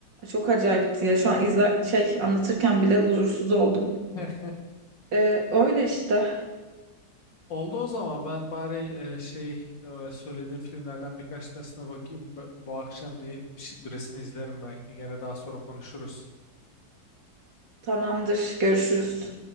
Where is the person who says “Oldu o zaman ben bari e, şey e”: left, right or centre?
Left